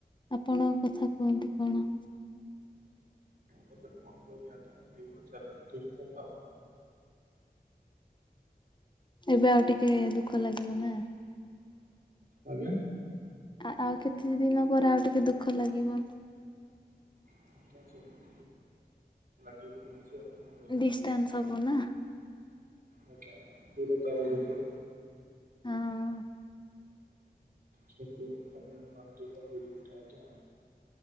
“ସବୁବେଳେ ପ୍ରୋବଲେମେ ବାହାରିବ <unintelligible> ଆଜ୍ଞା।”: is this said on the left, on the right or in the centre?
Right